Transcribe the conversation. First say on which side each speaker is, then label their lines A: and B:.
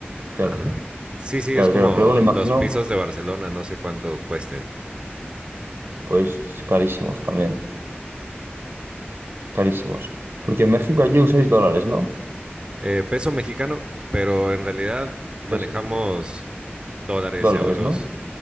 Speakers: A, on the right (about 65°); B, on the right (about 25°).
A: Claro,
B: Ah, Sí, sí,
A: claro,
B: es como
A: claro. Pero bueno, imagino,
B: los pisos de Barcelona, no sé cuánto cuesten.
A: pues carísimos también, carísimos. Porque en México allí usáis dólares, ¿no?
B: Eh, peso mexicano, pero en realidad manejamos
A: Es
B: Dólares,
A: dólares,
B: euros.
A: ¿no?